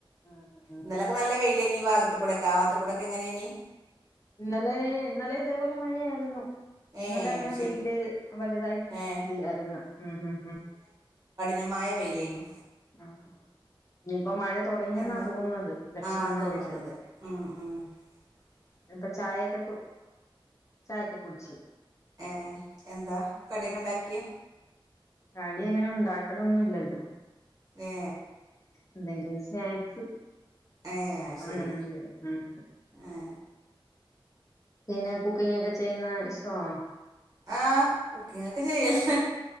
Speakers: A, on the left; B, on the right.
A: ആ, ആ, ആ.
B: ഇന്നലൊക്കെ നല്ല വെയില ഈ ഭാഗത്തെ കുടൊക്കെ ആ ഭാഗത്തെ കുടൊക്കെ എങ്ങനായ്നീ
A: ഇന്നലെ ഇന്നലെ ഇതേപോലെ മഴയായിരുന്നു
B: ഏ
A: ഇന്നലെ അങ്ങനെ
B: അത് ശരി
A: വെയില് വലുതായിട്ട്
B: ഏ
A: ഇല്ലായിരുന്നു ഉം ഉഹ് ഉ
B: നമായ വെയിലേയ്നു
A: ആ ആ ഇനിപ്പ മഴ തൊടങ്ങിയെന്നാ
B: എന്താ
A: തോന്നുന്നത് ലക്ഷണം
B: ആ
A: കണ്ടിട്ട്
B: തോന്നണത് ഉം <inaudible>
A: ഇപ്പൊ ചായൊക്കെ കു ചായൊക്കെ കുടിച്ചു
B: ഏ എന്താ കട്യൊക്ണ്ടാക്ക്യേ
A: കടി അങ്ങനെ ഉണ്ടാക്കലൊന്നും ഇല്ലല്ലോ
B: ഏ
A: എന്തെങ്കിലും സ്നാക്സ്
B: ഏ അത്
A: ഉം
B: ശരി
A: ഉം ന്റെല് ഉം
B: ഏ
A: പിന്നെ കുക്കിങ്ങ് ഒക്കെ ചെയ്യുന്ന ഇഷ്ടമാണോ
B: ആഹ് കുക്കിങ്ങൊക്കെ ചെയ്യല്ലേ